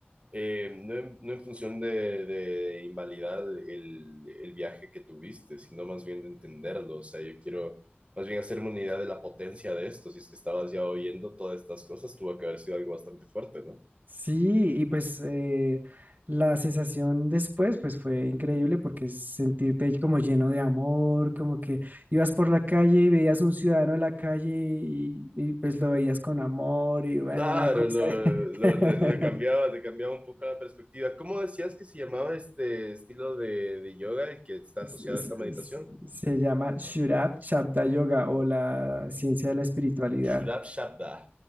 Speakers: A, on the right; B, on the right.
A: Eh, no, en, no en función de, de invalidar el, el viaje que tuviste, sino más bien de entenderlo. O sea, yo quiero más bien hacerme una idea de la potencia de esto. Si es que estabas ya oyendo todas estas cosas, tuvo que haber sido algo bastante fuerte, ¿no?
B: Sí, y pues eh, la sensación después pues fue increíble porque sentirte ahí como lleno de amor, como que ibas por la calle y veías un ciudadano en la calle y, y, pues lo veías con amor y bueno,
A: Claro,
B: una cosa
A: lo, lo-
B: <laughs>
A: le, le cambiaba, le cambiaba un poco la perspectiva. ¿Cómo decías que se llamaba este estilo de, de yoga el que está asociado
B: se se-
A: a esta meditación?
B: se llama Shurab Shabda Yoga o la ciencia de la espiritualidad,
A: Shurab Shabda.